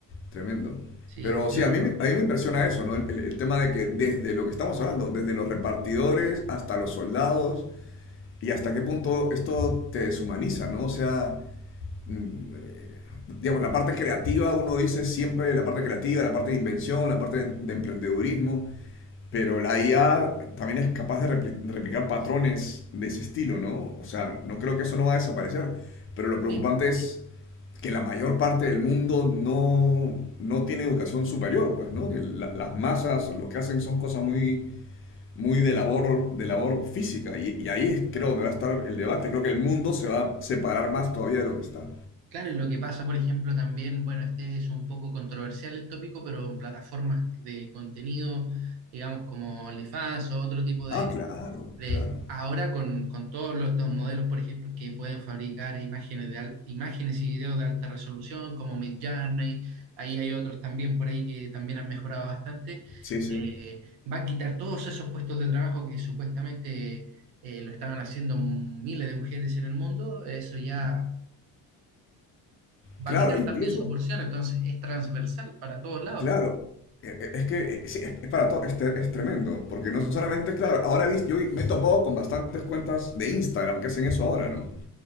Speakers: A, on the left (about 35°); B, on the right (about 80°).
A: tremendo.
B: Sí,
A: Pero
B: ha sido,
A: sí, a mí, me- a mí me impresiona eso, ¿no? El, el- el tema de que desde lo que estamos hablando, desde los repartidores hasta los soldados, y hasta qué punto esto te deshumaniza, ¿no? O sea, mm, digamos, la parte creativa, uno dice siempre la parte creativa, la parte de invención, la parte de, de emprendedurismo, Pero la IA también es capaz de repli- de replicar patrones de ese estilo, ¿no? O sea, no creo que eso no va a desaparecer. Pero lo preocupante
B: sí.
A: es que la mayor parte del mundo no, no tiene educación superior, pues, ¿no? Que la- las masas lo que hacen son cosas muy, muy de labor, de labor física. Y, y ahí es, creo donde va a estar el debate. Creo que el mundo se va a separar más todavía de lo que está.
B: Claro, y lo que pasa, por ejemplo, también, bueno, este es un poco controversial el tópico, pero en plataformas de contenido, digamos, como OnlyFans o otro tipo de,
A: Ah, claro,
B: de
A: claro.
B: ahora con, con todos los- estos modelos, por ejemplo, que pueden fabricar imágenes de al- imágenes y videos de alta resolución, como Midjourney, ahí hay otros también por ahí que también han mejorado bastante,
A: Sí, sí.
B: eh, va a quitar todos esos puestos de trabajo que supuestamente eh, lo estaban haciendo miles de mujeres en el mundo, eso ya
A: Claro,
B: va a quitar
A: incluso,
B: también su porción, entonces es transversal para todos lados.
A: Claro, e- e- es que eh, sí, es, es para todo, es, te- es tremendo, porque no solamente, claro, ahora vis- yo me he topado con bastantes cuentas de Instagram que hacen eso ahora, ¿no?